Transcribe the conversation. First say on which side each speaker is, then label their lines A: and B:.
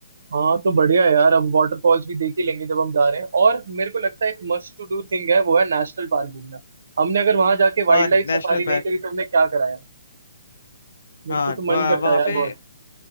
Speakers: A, on the right; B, on the left.
A: हाँ तो बढ़िया है यार हम वाटरफॉल्स भी देख ही लेंगे जब हम जा रहे हैं और मेरे को लगता है एक मस्ट टू डू थिंग है वो है नेशनल पार्क घूमना हमने अगर वहां जाके
B: हाँ
A: वाइल्ड
B: नेशनल
A: लाइफ सफारी नहीं
B: पार्क
A: करी तो हमने क्या कराया मेरे
B: हाँ
A: को तो
B: वह-
A: मन करता
B: वहाँ
A: है यार
B: पे
A: बहुत